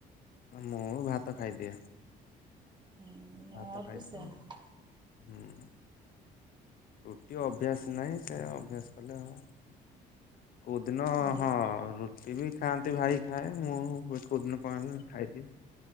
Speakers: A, on the left (about 60°); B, on the right (about 25°).
A: ମୁଁ ଭାତ ଖାଇଦିଏ।
B: ହୁଁ, ମୋର
A: ଭାତ ଖାଇଦିଏ
B: ବି ସେମ।
A: ହୁଁ ରୁଟି ଅଭ୍ୟାସ ନାହିଁ, ସେ ଅଭ୍ୟାସ କଲେ, ହବ। କେଉଁଦିନ
B: ରୁ
A: ହଁ, ରୁଟି ବି ଖାଆନ୍ତି, ଭାଇ ଖାଏ, ମୁଁ କୋଉଦିନ କଣ ହେଲି ନା ଖାଇଦିଏ,